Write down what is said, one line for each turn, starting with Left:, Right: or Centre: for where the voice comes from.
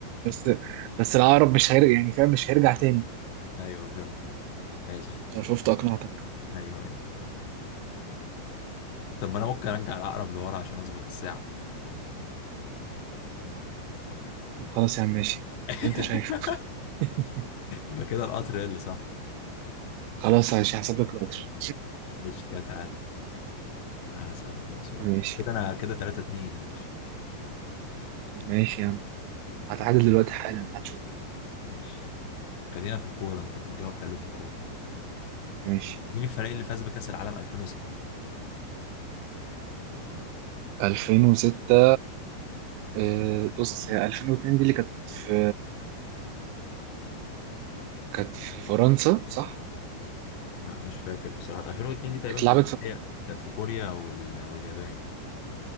Right: بس بس العقرب مش هيرجع يعني فاهم مش هيرجع تاني
Left: ايوه فهمتك ماشي
Right: انا شفت اقنعتك
Left: ايوه ايوه طب ما انا ممكن ارجع العقرب لورا عشان اظبط الساعة
Right: طب خلاص يا عم ماشي
Left: <laughs>
Right: اللي انت شايفه <laughs>
Left: يبقى كده القطر هي اللي صح
Right: خلاص ماشي هحسب لك القدر
Left: مش كده تعادل هسألك بقى سؤال
Right: <laughs> ماشي
Left: كده انا كده 3 2 يا باشا
Right: ماشي يا عم هتعادل دلوقتي حالا هتشوف
Left: ماشي خلينا في الكورة انت بتجاوب حلو في الكورة
Right: ماشي
Left: مين الفريق اللي فاز بكأس العالم 2006
Right: 2006 آه، بص هي 2002 دي اللي كانت في كانت في فرنسا صح؟
Left: لا مش فاكر بصراحة 2002 دي تقريبا
Right: اتلعبت
Left: كانت في
Right: في
Left: كانت في كوريا وال... واليابان